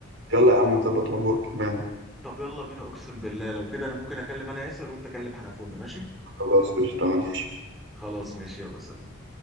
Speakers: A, on the right; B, in the centre.
A: يلا يا عم نظبط نروح ورك مان
B: طب يلا بينا اقسم بالله لو كده انا ممكن اكلم انا ياسر وانت كلم حنفوله ماشي
A: خلاص قشطة ماشي
B: خلاص ماشي يلا سلام